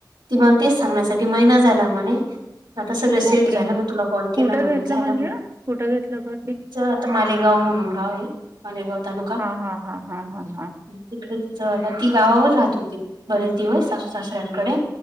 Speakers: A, on the right; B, on the right.
A: तिम्हाला तेच सांगण्यासाठी महिना झाला म्हणे आता सगळं सेट
B: ओके.
A: झालं मग तुला कॉल
B: कुठं
A: केला म्हणे
B: घेतलं
A: झाला
B: म्हणले?
A: म्हण
B: कुठं घेतलंर
A: आता मालेगाव म्हणून गाव आहे मालेगाव तालुका
B: हां, हां, हां, हां, हां, हां.
A: तिकडे तिचला ती गावावर राहत होती बरेच दिवस सासऱ्यांकडे